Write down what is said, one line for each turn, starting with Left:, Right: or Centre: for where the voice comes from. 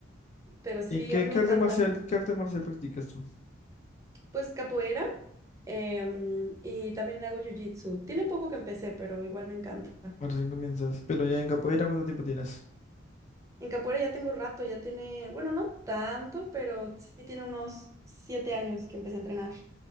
Right: Pero sí,
Left: ¿Y qué,
Right: a mí
Left: qué
Right: me encanta.
Left: arte marcial, qué arte marcial practicas tú?
Right: Pues capoeira em, y también hago jiu-jitsu. Tiene poco que empecé, pero igual me encanta.
Left: Recién comienzas. Pero ya en capoeira, ¿cuánto tiempo tienes?
Right: En capoeira ya tengo rato, ya tiene, bueno, no tanto, pero sí tiene unos siete años que empecé a entrenar.